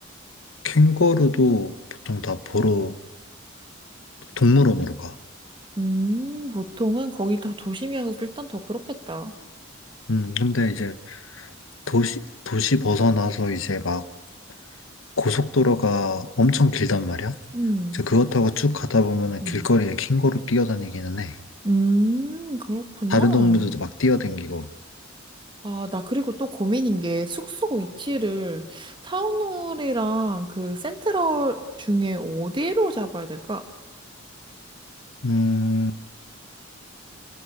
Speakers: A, on the left; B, on the right.
A: 캥거루도 보통 다 보러, 동물원으로 가.
B: 음, 보통은 거기 더 조심이어서 일단 더 그렇겠다.
A: 음, 근데 이제 도시, 도시 벗어나서 이제 막 고속도로가 엄청 길단 말이야.
B: 음,
A: 그래 그것 타고 쭉 가다 보면은
B: 음.
A: 길거리에 캥거루 뛰어다니기는 해.
B: 음, 그렇구나.
A: 다른 동물들도 막 뛰어다니고.
B: 아, 나 그리고 또 고민인 게 숙소 위치를 타운홀이랑 그 센트럴 중에 어디로 잡아야 될까?
A: 음,